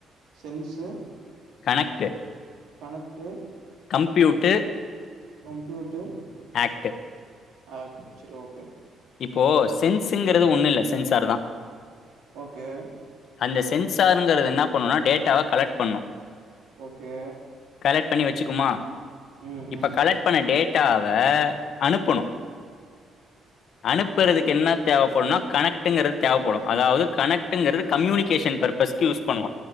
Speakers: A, on the right; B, on the left.
A: sense
B: connect
A: connect
B: computer
A: computer
B: act
A: act சில ஓகே
B: இப்போ சென்ஸ் இங்குறுது ஒண்ணு இல்ல சென்சார் தான்
A: ஓகே
B: அந்த சென்சார் இங்குறது என்ன பண்ணுனா டேட்டாவ கலெட் பண்ணு
A: ஓகே
B: கலெட் பண்ணி வச்சுகுமா
A: ம்
B: இப்ப
A: ம்
B: கலெட் பண்ண டேட்டா இப்பஅனுப்புணு அனுப்புறதுக்கு என்ன தேவைப்படுனா கனெக்டு இங்கிறது தேவைப்படும் அதாவது கனெக்டு இங்கிறது கம்யூனிகேஷன் பர்பஸ்கு யூஸ் பண்ணு